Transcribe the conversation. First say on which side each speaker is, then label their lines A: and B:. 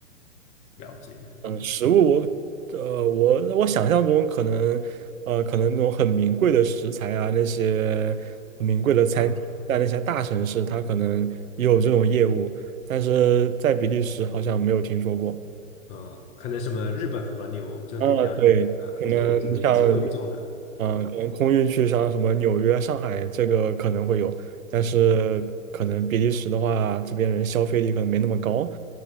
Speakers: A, on the left; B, on the right.
A: 了解，
B: 嗯，
A: 对
B: 食物我呃我我想象中可能呃可能那种很名贵的食材啊，那些很名贵的餐厅，
A: 啊，
B: 在那些大城市它可能也有这种业务，但是在比利时好像没有听说过。
A: 嗯，可能什么日本和牛就得这样去啊，
B: 啊，对，可能像，
A: 这种这种也是贵重的，
B: 嗯、
A: 嗯、
B: 可能空运去像什么纽约、上海这个可能会有，但是可能比利时的话，
A: 嗯，
B: 这边人消费力可能没那么高。